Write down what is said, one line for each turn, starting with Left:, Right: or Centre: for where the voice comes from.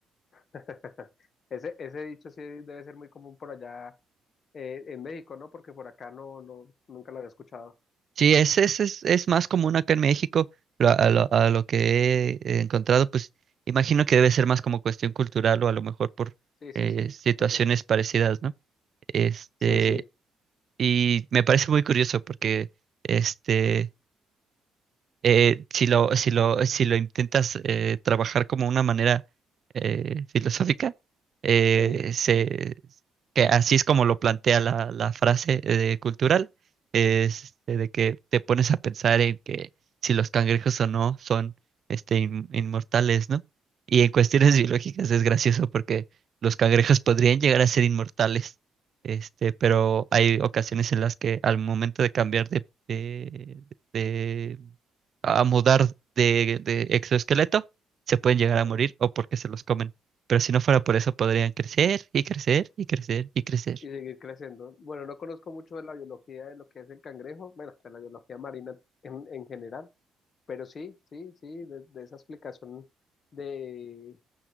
Left: <laughs> Ese, ese dicho sí debe ser muy común por allá Eh, en México, ¿no? Porque por acá no, no, nunca lo había escuchado.
Right: Sí, es, es, es, es más común acá en México, lo- a, lo, a lo que he encontrado, pues imagino que debe ser más como cuestión cultural o a lo mejor por
Left: Sí, sí,
Right: eh,
Left: sí,
Right: situaciones
Left: tal vez.
Right: parecidas, ¿no? Este,
Left: Sí, sí,
Right: y me parece muy curioso porque, este, eh, si lo, si lo, si lo intentas eh, trabajar como una manera eh, filosófica, eh,
Left: sí,
Right: se, que así es como lo plantea la, la frase eh, cultural, es, este, de que te pones a pensar en que si los cangrejos o no son este, in- inmortales, ¿no? Y en cuestiones <laughs> biológicas es gracioso porque los cangrejos podrían llegar a ser inmortales. Este, pero hay ocasiones en las que al momento de cambiar de, de, de a mudar de, de exoesqueleto, se pueden llegar
Left: sí.
Right: a morir o porque se los comen. Pero si no fuera por eso, podrían crecer y crecer y crecer y crecer.
Left: Y seguir creciendo. Bueno, no conozco mucho de la biología de lo que es el cangrejo, bueno, de la biología marina en, en general, pero sí, sí, sí, de, de esa explicación de